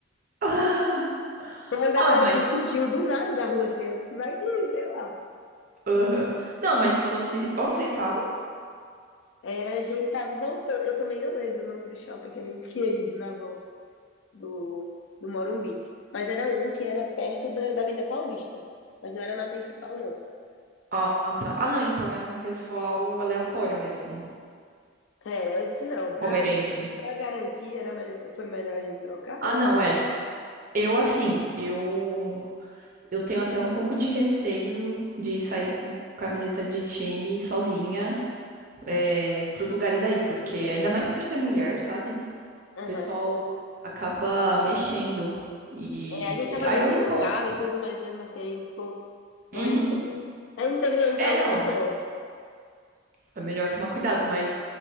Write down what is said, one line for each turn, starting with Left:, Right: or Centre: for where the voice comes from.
Right: <laughs>
Left: Uma galera
Right: Ah, mas
Left: que surgiu do nada da rua assim, eu disse, vai que, sei lá.
Right: Aham. Não, mas se fosse. Onde vocês estavam?
Left: Era, a gente tava voltando. Eu também não lembro o nome do shopping que a gente tinha ido na volta do, do Morumbis. Mas era um que era perto da, da Avenida Paulista. Mas não era na principal, não.
Right: Ah, tá. Ah, não, então era um pessoal aleatório mesmo,
Left: É, eu disse, não,
Right: o
Left: pra,
Right: palmeirense.
Left: pra garantir era melhor, foi melhor a gente trocar,
Right: Ah,
Left: né?
Right: não,
Left: Vai...
Right: é. Eu, assim, eu. Eu tenho até um pouco de receio de sair com camiseta de time sozinha, é, pros lugares aí, porque ainda mais por ser mulher, sabe?
Left: Aham.
Right: O pessoal acaba mexendo. E.
Left: É, a gente
Right: e
Left: tava
Right: Aí
Left: dentro
Right: eu não
Left: do
Right: gosto.
Left: carro e tudo, mas mesmo assim a gente ficou com
Right: Uhum.
Left: receio. Aí não teve nenhum
Right: É,
Left: problema,
Right: não.
Left: não.
Right: É melhor tomar cuidado, mas,